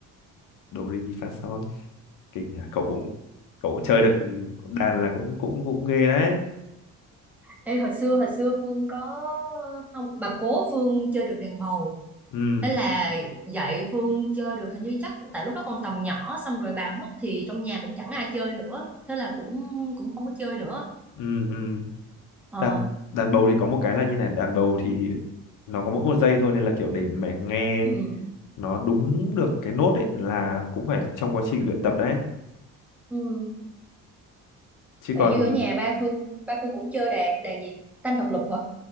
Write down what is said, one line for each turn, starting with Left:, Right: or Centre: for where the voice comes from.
Left: Do Re Mi Fa Son kinh nhỉ cậu cũng cậu cũng chơi được đàn là cũng cũng cũng ghê đấy
Centre: Ê, hồi xưa hồi xưa Phương có không bà cố Phương chơi được đàn bầu
Left: ừ
Centre: Thế là dạy Phương chơi được hình như chắc tại lúc đó còn tầm nhỏ xong rồi bà mất thì trong nhà cũng chẳng ai chơi nữa thế là cũng cũng không có chơi nữa
Left: ừ ừ
Centre: ờ
Left: đàn đàn bầu thì có một cái là như này đàn bầu thì nó có mỗi một giây thôi nên là kiểu để mẹ nghe
Centre: ừ.
Left: nó đúng được cái nốt ấy là cũng phải trong quá trình luyện tập đấy
Centre: ừ.
Left: chứ
Centre: tại
Left: còn
Centre: như ở nhà ba Phương ba Phương cũng chơi đàn đàn gì tam thập lục hả